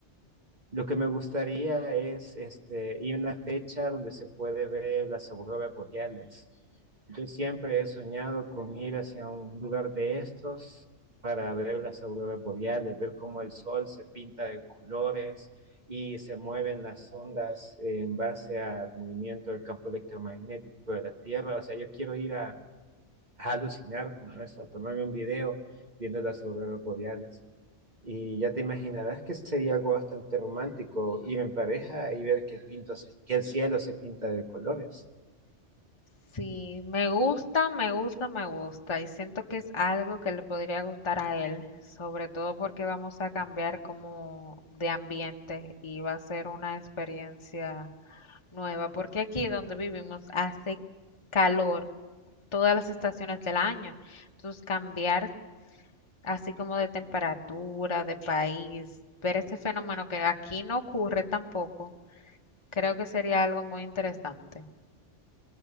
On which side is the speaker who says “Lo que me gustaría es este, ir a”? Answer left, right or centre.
Right